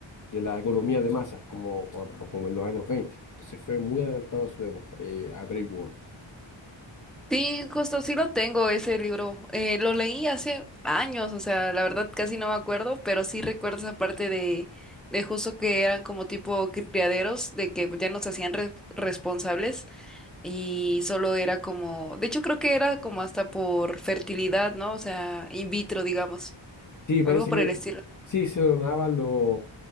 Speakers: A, on the left; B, in the centre.
A: de la economía de masas, como, como en los años veinte Entonces fue muy adelantado a su época, eh, a World
B: Sí, justo sí lo tengo ese libro. Eh, lo leí hace años, o sea, la verdad casi no me acuerdo, pero sí recuerdo esa parte de, de justo que eran como tipo criaderos, de que ya nos hacían re- responsables y solo era como, de hecho creo que era como hasta por fertilidad, ¿no? O sea, in vitro, digamos,
A: Sí, parece
B: algo por
A: que
B: el estilo.
A: sí, se donaban los